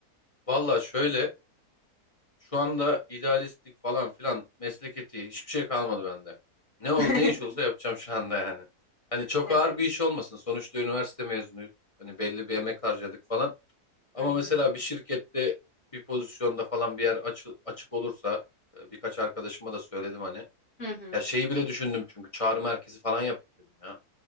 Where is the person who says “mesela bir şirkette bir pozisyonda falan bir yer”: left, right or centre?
Left